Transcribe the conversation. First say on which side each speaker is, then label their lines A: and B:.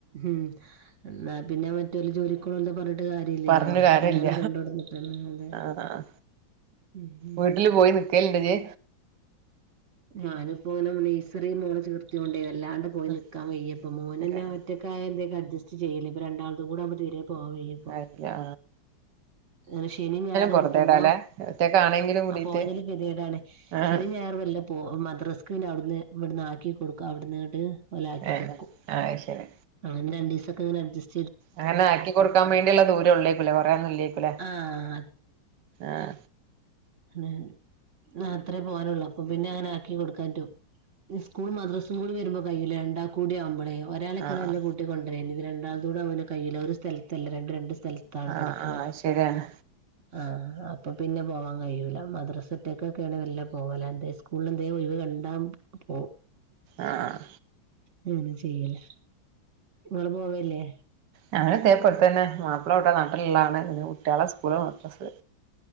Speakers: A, on the right (about 40°); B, on the right (about 65°).
A: ഉം എന്ന പിന്നെ മറ്റേല് ജോലികോ ണോൽത് പറഞ്ഞ- ട്ട് കാര്യല്യലോ
B: പറഞ്ഞു കാര്യല്ല
A: ഇങ്ങനെ കൊണ്ടോട്ന്ന് കിട്ട അതെ
B: ആഹ്
A: ഉം ഉം
B: വീട്ടില് പോയി നിക്കേലിണ്ട്ജ.
A: ഞാനിപ്പോ ഇങ്ങനെ നെയ്സറി മോളെ ചേർത്ത് ല്ലാണ്ട് പോയി
B: ഉം
A: നിൽക്കാൻവയ്യ പ്പ മോനനെ
B: ഇല്ല ആഹ്
A: ഒറ്റക്കയാൽ എന്തോകെ അഡ്ജസ്റ്റ് ചെയ്ല്ല ഇപ്പ രണ്ടാളും കൂടി ആവുമ്പോ തിരെ പോവനും വയ്യ.
B: അര്യാ
A: ഉം ശനി ഞായർ
B: പൊറതേടാല്ലേ
A: ക് ട്ട്മ്പോ
B: ഒറ്റക്കാണെങ്കിലും കൂടിട്ട്
A: അപോയല് പിരീഡാണ്
B: ആഹ്
A: ശനിം ഞായറും മെലെ- മദ്രാസ്ക്ക അവിടുന്ന് ഇവിടുന്ന് ആക്കി കൊടുക്കും അവിടന്ന് ഇങ്ങട്ട് ആക്കി
B: ഏഹ്
A: കൊടുക്കും
B: അത് ശരി
A: അങ്ങന്നെ രണ്ടിസക്കങ്ങനെ അഡ്ജസ്
B: അങ്ങനെ ആക്കി കൊടുക്കാൻ വേണ്ടിയുള്ള ദൂരം ഉള്ളേക്കല കൊറേയൊന്നുംല്ലേക്കല
A: ആഹ്
B: ആഹ.
A: ന്നെ താത്രി പോവാറൊള്ളൂ അപ്പൊ പിന്നെ അങ്ങനെ ആക്കി കൊടുക്കാൻ റ്റും ഞ്സ്കൂളും മദ്രസും കൂടി വരുമ്പോ കയ്യൂല രണ്ടാക്കൂട്യാവുമ്പളേ ഒരാളൊക്കെയാണ്
B: ആഹ്
A: വല്ല കട്ടിക്ക കൊണ്ടര ഇത് രണ്ടാളത്തൂടെ അവന കയില്ല ഒരു സ്ഥലല്ല രണ്ട് രണ്ട് സ്ഥലത്താണ്
B: ആഹ്
A: പഠിക്കണ
B: ആഹ് അത് ശരിയാണ്
A: ആ അപ്പൊ പിന്നെ പോവാ- കയൂല്ല മദ്രസറ്റക്കൊക്കെയാണ് മെലെ പോവല എന്തേ സ്കൂളിൽ എന്ത ഒഴിവ കണ്ടാ. അപ്പോ
B: ആഹ്
A: അങ്ങനെ ചെയ്യല. നിങ്ങൾ പോവല്ലേ.
B: ഞാന ഇതേപോലെ തന്നെ മാപ്പിളവിടെ നാട്ടിലുള്ളാണ് പിനെ കുട്യാളെ സ്കൂല് മദ്രസ്സ്